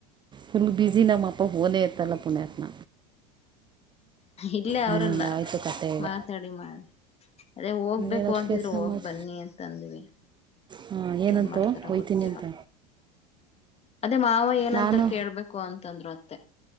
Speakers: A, on the right; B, on the left.
A: ಫುಲ್ ಬಿಸಿ ನಮ್ಮ ಅಪ್ಪ ೋನೇ ಇತ್ತಲ್ಲ ಪುಣತ್ನ
B: ಇಲ್ಲೇ
A: ಹಂಗಾಯ್ತು
B: ಅವ್ರಲ್ಲ
A: ಕತೆ ಈಗ
B: ಮಾತಾಡಿ ಮಾಡ ಅದೇ ಹೋಗ್ಬೇಕು
A: ಏನಕ್ಕೆ
B: ಅಂತಿದ್ರು
A: ಸಮಾಜ
B: ಹೋಗ್ ಬನ್ನಿ ಅಂತಂದ್ವಿ
A: ಹಾಂ ಏನಂತೋ
B: ಏನ್ ಮಾಡಾತಾರ
A: ಒಯ್ತೀನಿ
B: ಗೊತ್ತೀರೋ
A: ಅಂತ
B: ಅದೇ ಮಾವ ಏನಂತಾರ
A: ನಾನು
B: ಕೇಳ್ಬೇಕು ಅಂತಂದ್ರು ಅತ್ತೆ